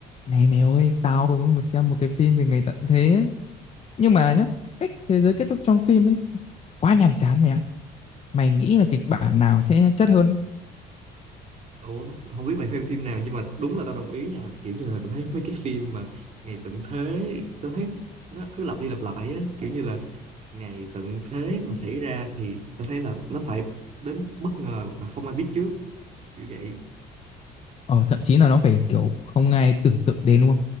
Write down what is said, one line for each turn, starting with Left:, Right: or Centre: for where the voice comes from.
Left: Này mày ơi, tao vừa mới mới xem một cái phim về ngày tận thế ấy. Nhưng mà nhá, cách thế giới kết thúc trong phim ấy quá nhàm chán mày ạ. Mày nghĩ là kịch bản nào sẽ chất hơn?
Right: Ủa, không biết mày phim phim nào nhưng mà đúng là tao đồng ý nha kiểu như là tao thấy mấy cái phim mà ngày tận thế tao thấy nó cứ lặp đi lặp lại á kiểu như là ngày tận thế mà xảy ra thì tao thấy là nó phải đến bất ngờ và không ai biết trước kiểu vậy
Left: Ờ thậm chí là nó phải kiểu không ai tưởng tượng đến luôn.